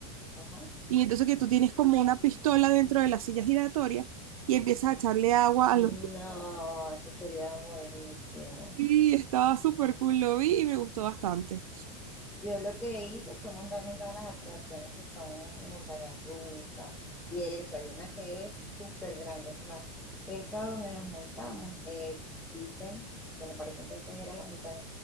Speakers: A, in the centre; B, on the right.
A: Ajá.
B: Y entonces que tú tienes como una pistola dentro de la silla giratoria y empiezas a echarle agua
A: No,
B: a los
A: eso sería buenísimo.
B: Sí, estaba súper cool, lo vi y me gustó bastante.
A: Yo lo que hice fue montarme en todas las atracciones que son montañas rusas y eso. Hay una que es súper grande, es más, esa donde nos montamos, eh, dicen, bueno, para ese entonces era la montaña